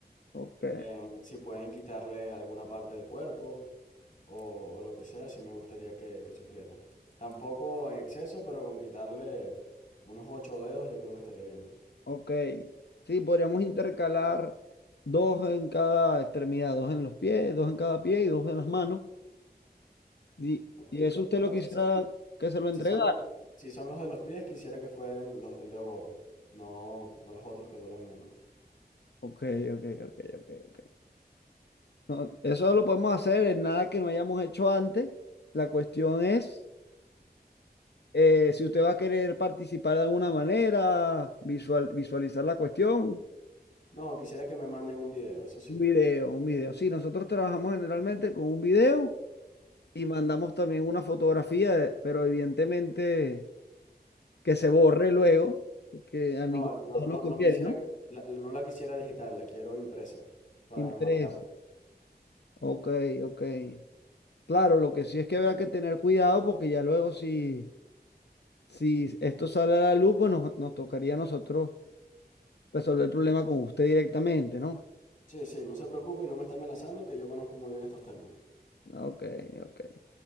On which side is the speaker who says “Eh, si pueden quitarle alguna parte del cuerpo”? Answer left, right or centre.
Left